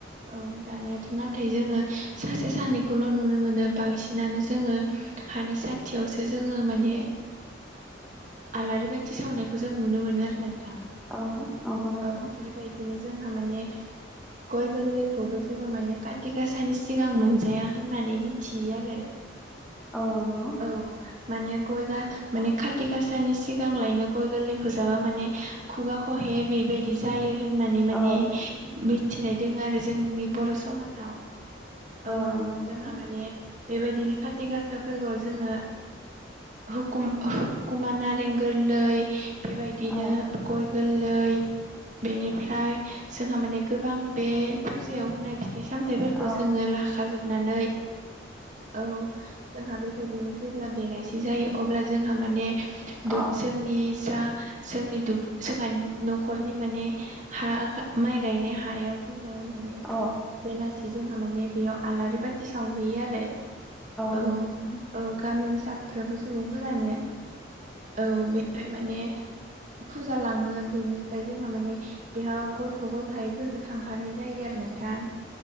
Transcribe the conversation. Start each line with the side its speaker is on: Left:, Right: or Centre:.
Right: औ दानियाथ' नाथाय जोङो सासे सानैखौल' नुनो मोनो बांसिनानो जोङो हानि स खाथियावसो जोङो माने आलारि बाथि सावनायखौ जों नुनो मोनो आरो ना। नोंथां
Centre: औ नंगौ नोंथां
Right: ओ बेबायदिनो जोंहा माने गय गोरलैखौबो जोङो माने कातिगाासानि सिगां मोनजाया होननानै मिथियो आरो।
Centre: औ नंगौ
Right: औ माने गयगा माने खाथि गाासानि सिगां लायनो गय गोरलैखौ जाबा माने खुगा खहे बेबायदि जायो। होननानै
Centre: औ
Right: माने मिथिनाय दङ आरो जोंनि बर' समाजाव। औ
Centre: नंगौ नोंथां
Right: जोंहा माने बेबायदिनो काति गासा फोरबोआव जोङो। हुुकुम हुकुमा नारें गोरलै बेबायदिनो
Centre: औ
Right: गय। गोरलै बेनिफ्राय जोंहा माने गोबां बे फुजायाव होनाय फि- फिथाइ सामथाइफोरखौ
Centre: औ
Right: जोङो लाखा जोबनानै औ जोंहा बे बेबायदिनो जेब्ला बेलाइसि जायो अब्ला जोंहा माने
Centre: अ
Right: दु जोंनि जा जोंनि दु जोंहानि न'खरनि माने हा माइ गायनाय हायाव जोङो माने
Centre: अ
Right: बेलासि जोंहा माने बेयाव आलारि बाथि सावहैयो आरो।
Centre: नंगौ
Right: औ
Centre: नोंथां
Right: औ गामिनि सा फ्रोमबो सुबुंफोरानो औ बेहाय माने
Centre: <inaudible>
Right: फुजा लाङो बेनिफ्राय जोंहा माने बेयाव गथ' गथायफोरबो थांफानाय जायो आरो नोंथां।